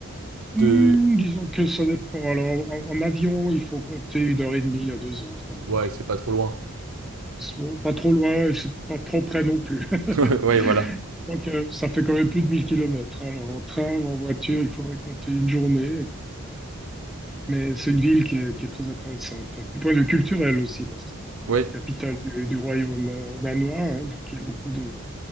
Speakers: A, in the centre; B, on the right (about 75°).
A: Hmm,
B: de...
A: disons que ça dépend. Alors, en, en avion, il faut compter une heure et demie à deux heures, quand même.
B: Ouais, c'est pas trop loin.
A: C'est bon, pas trop loin, et c'est pas trop près non plus. <laughs>
B: <laughs> Ouais, voilà.
A: Donc, euh, ça fait quand même plus de mille kilomètres Alors, en train ou en voiture, il faudrait compter une journée. Mais c'est une ville qui est, qui est très intéressante. Du point de vue culturel aussi, parce que c'est la
B: Ouais,
A: capitale du, du royaume euh, danois. hein. donc, il y a beaucoup de,